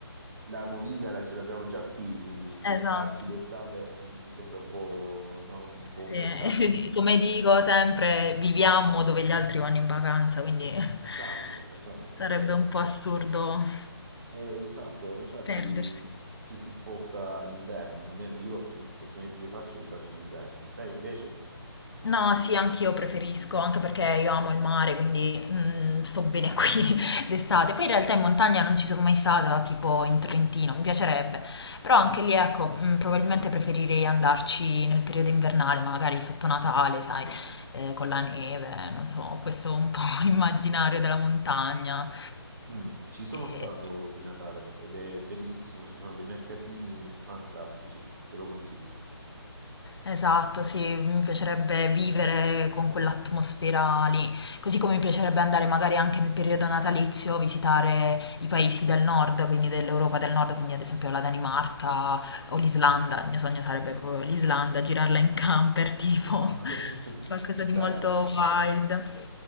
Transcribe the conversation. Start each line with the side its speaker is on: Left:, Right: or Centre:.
Right: la movida la- ce l'abbiamo già qui, quindi spostarci
Left: Esatto.
Right: d'estate mi sembra un po', no, un po' un
Left: Sì,
Right: peccato.
Left: <laughs> Come dico sempre, viviamo dove gli altri vanno in vacanza, quindi <laughs>
Right: Esatto, esatto.
Left: sarebbe
Right: E
Left: un po' assurdo
Right: Eh, esatto, infatti
Left: perdersi.
Right: ci si sposta d'inverno, almeno io gli spostamenti che faccio li faccio d'inverno. Te invece?
Left: No, sì, anch'io preferisco, anche perché io amo il mare, quindi mm, sto bene qui <laughs> d'estate. Poi in realtà in montagna non ci sono mai stata, tipo in Trentino, mi piacerebbe. Però anche lì, ecco, mm, probabilmente preferirei andarci nel periodo invernale, magari sotto Natale, sai, eh, con la neve, non so, questo un po' <laughs> immaginario della montagna.
Right: Mm, ci sono stato
Left: Eh,
Right: di Natale ed è bellissimo, ci sono dei mercatini fantastici, te lo consiglio.
Left: Esatto, sì, mi piacerebbe vivere con quell'atmosfera lì, così come mi piacerebbe andare magari anche nel periodo natalizio a visitare i paesi del nord, quindi dell'Europa del nord, quindi ad esempio la Danimarca o l'Islanda, il mio sogno sarebbe proprio l'Islanda, girarla in camper, tipo
Right: <laughs>
Left: <laughs> qualcosa di
Right: Bello.
Left: molto wild.